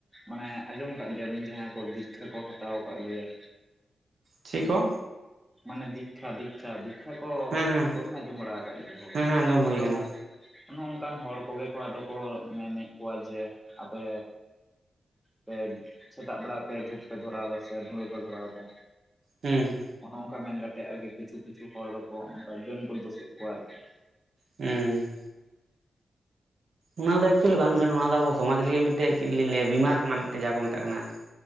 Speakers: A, in the centre; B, on the right.
A: ᱢᱟᱱᱮ ᱟᱸᱡᱚᱢ ᱠᱟᱜ ᱜᱮᱭᱟ ᱵᱤᱱ ᱡᱟᱦᱟᱸᱭ ᱠᱚ ᱫᱤᱠᱷᱟ ᱠᱚ ᱦᱟᱛᱟᱣ ᱠᱟᱜ ᱜᱮᱭᱟ
B: ᱪᱮᱜ ᱠᱚ
A: ᱢᱟᱱᱮ ᱫᱤᱠᱷᱟ ᱫᱤᱠᱷᱟ ᱫᱤᱠᱷᱟ ᱠᱚ
B: ᱦᱮᱸ ᱦᱮᱸ
A: ᱵᱟᱹᱵᱤᱱ ᱟᱸᱡᱚᱢ ᱵᱟᱲᱟ ᱟᱠᱟᱜ ᱜᱮᱭᱟ ᱦᱚᱭ
B: ᱦᱮᱸ ᱦᱮᱸ ᱟᱸᱡᱚᱢ ᱦᱩᱭ
A: ᱟᱫᱚ
B: ᱟᱠᱟᱱᱟ
A: ᱚᱱᱚ ᱚᱱᱠᱟᱱ ᱦᱚᱲ ᱠᱚᱜᱮ ᱠᱚ ᱟᱫᱚ ᱠᱚ ᱢᱮᱱᱮᱜ ᱠᱚᱣᱟ ᱡᱮ ᱟᱯᱮ ᱯᱮ ᱥᱮᱛᱟᱜ ᱵᱮᱲᱟ ᱯᱮ ᱫᱷᱩᱯ ᱯᱮ ᱫᱷᱚᱨᱟᱣ ᱫᱟ ᱥᱮ ᱫᱷᱩᱲᱟᱹᱣ ᱯᱮ ᱫᱷᱚᱨᱟᱣ ᱫᱟ
B: ᱦᱩᱸ
A: ᱚᱱᱮ ᱚᱱᱠᱟ ᱢᱮᱱ ᱠᱟᱛᱮᱫ ᱟᱨ ᱠᱤ ᱠᱤᱪᱷᱩ ᱠᱤᱪᱷᱩ ᱦᱚᱲ ᱫᱚ ᱠᱚ ᱚᱱᱠᱟ ᱰᱟᱹᱱ ᱠᱚ ᱫᱚᱥᱮᱜ ᱠᱚᱣᱟ ᱟᱨ ᱠᱤ
B: ᱦᱩᱸ ᱚᱱᱟ ᱫᱚ ᱮᱠᱪᱩᱭᱮᱞᱤ ᱵᱟᱝ ᱠᱟᱱᱟ ᱱᱚᱣᱟ ᱫᱚ ᱟᱵᱚ ᱥᱚᱢᱟᱡᱽ ᱞᱟᱹᱜᱤᱫ ᱢᱤᱫᱴᱮᱱ ᱪᱮᱫ ᱞᱤᱧ ᱞᱟᱹᱭᱟ ᱵᱤᱢᱟᱨ ᱠᱟᱱᱟ ᱢᱤᱫᱴᱮᱱ ᱡᱟ ᱠᱚ ᱢᱮᱛᱟᱜ ᱠᱟᱱᱟ ᱾